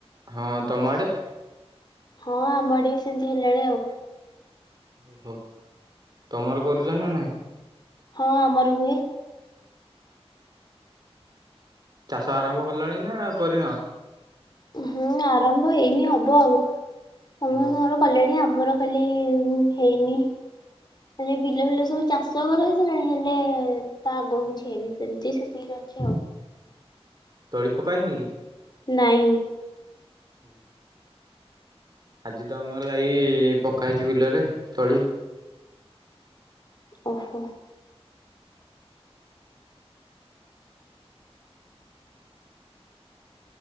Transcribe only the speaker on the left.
ହଁ ଆମଡେବି ସେମିତି ହେଲାଣି ଆଉ।
ହଁ ଆମର ହୁଏ।
ହୁଁ ଆରମ୍ଭ ହେଇନି ହବ ଆଉ, ସମସ୍ତଙ୍କର
କଲେଣି, ଆମର ଖାଲି ହେଇନି। ମାନେ ବିଲ ଫିଲ ସବୁ ଚାଷ କରା ହେଇସାରିଲାଣି, ହେଲେ ତା ଆଗକୁ କିଛି ହେଇନି, ସେମିତି ସି ଠିକ୍ ଅଛି ଆଉ।
ନାହିଁ।
ଓହୋ!